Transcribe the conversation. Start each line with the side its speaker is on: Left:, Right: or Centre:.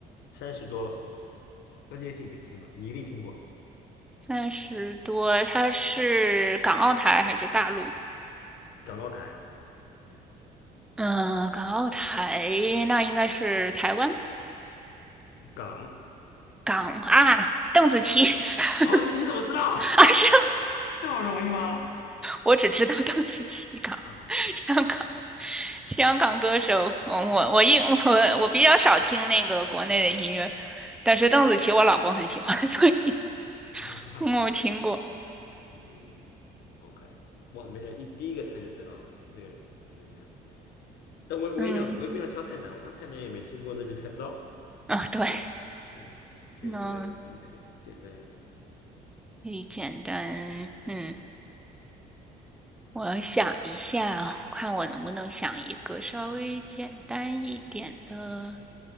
Left: 三十多了，但是也挺年轻的，你一定听过
Centre: 三十多。他是港澳台还是大陆？
Left: 港澳台
Centre: 嗯，港澳台那应该是台湾。
Left: 港，
Centre: 港啊，邓紫棋 <laughs>
Left: 然后你你怎么知道？
Centre: 啊，是
Left: <laughs> 这么容易吗？
Centre: 我只知道邓紫棋港，
Left: 好好是啊
Centre: <laughs> 香港，香港歌手。嗯我我一我我比较少听那个国内的音乐，但是邓紫棋我老公很喜欢，<laughs> 所以
Left: <laughs>，然这样子，
Centre: 嗯我听过。
Left: 嗯哼，OK，哇，没想一第一个猜就猜到了，这个挺厉害的。但我我也想，
Centre: 嗯，
Left: 我也不想挑太难，我怕太难也没听过，那就猜不到。
Centre: 啊、对，
Left: 嗯，所以只能那就偏简单一点。
Centre: 那可以简单。嗯，我想一下，看我能不能想一个稍微简单一点的。